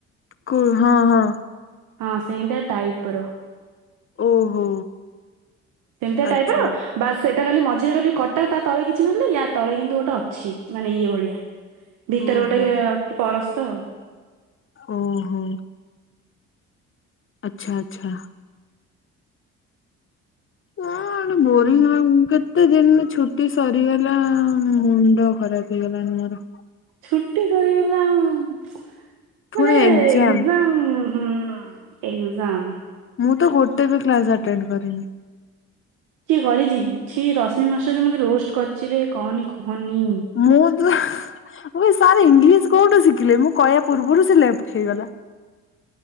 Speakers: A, on the left (about 40°); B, on the right (about 80°).
A: କୁ ହଁ ହଁ।
B: ହଁ ସେଇମିତି ଟାଇପ୍ ର।
A: ଓହୋ।
B: ସେମିତିଆ ଟାଇପ
A: ଆଚ୍ଛା।
B: ର ବାସ୍ ସେଇଟା ଖାଲି ମଝିରେ ଖାଲି କଟା ତା ତଳେ କିଛି ନଥିଲା ୟା ତଳେ କିନ୍ତୁ ଗୋଟେ ଅଛି ମାନେ ଇଏ ଭଳିଆ। ଭିତରେ
A: ଓହୋ
B: ଗୋଟେ ଅଛି ପରସ୍ତ ତ।
A: ଓ ହୋ। ଆଚ୍ଛା ଆଚ୍ଛା। କଣ ବୋରିଂ
B: ହୁଁ।
A: ଲାଗୁଛି କେତେ କେତେ ଦିନି ଛୁଟି ସରିଗଲା ମୁଣ୍ଡ ଖରାପ ହେଇଗଲାଣି ମୋର।
B: ଛୁଟି ସରିଗଲା ଉଁ
A: ପୁଣି
B: ମାନେ
A: ଏକ୍ଜାମ
B: <unintelligible> ହୁଁ ଏକ୍ଜାମ।
A: ମୁଁ ତ ଗୋଟେ ବି କ୍ଲାସ ଆଣ୍ଟେଣ୍ଡ କରିନି।
B: କିଏ କରିଛି ଛି ରଶ୍ମି ମାଷ୍ଟର ଯେ ମତେ ରୋଷ୍ଟ କରିଛି ରେ କହନି କହନି।
A: ମୁଁ ତ ସାର୍ ଇଂଲିଶ କୋଉଠୁ ଶିଖିଲେ ମୁଁ କହିବା ପୂର୍ବରୁ ସେ ଲେପ୍ଟ ହେଇଗଲା।